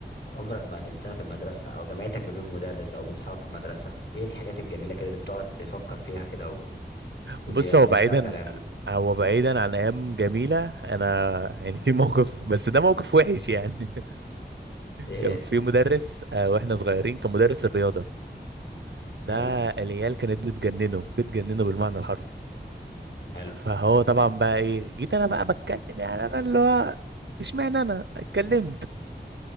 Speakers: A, on the left; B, on the right.
A: عمرك ما هتنساها في المدرسة أو جامعتك ما بين مدرس أو بين صحابك في المدرسة إيه الحاجات الجميلة كده اللي بتقعد تفكر فيها كده وتقول
B: بص
A: لي يا
B: هو
A: نفسي
B: بعيدا
A: أرجع الأيام دي
B: هو بعيدا عن ايام جميله انا يعني في موقف بس ده موقف وحش يعني <laughs>
A: إيه
B: كان في مدرس آه، واحنا صغيرين كان مدرس الرياضه ده
A: حلو
B: العيال كانت بتجننه بتجننه بالمعنى الحرفي
A: حلو
B: فهو طبعا بقى ايه جيت انا بقى بتكلم يعني انا اللي هو مش معنى انا اتكلمت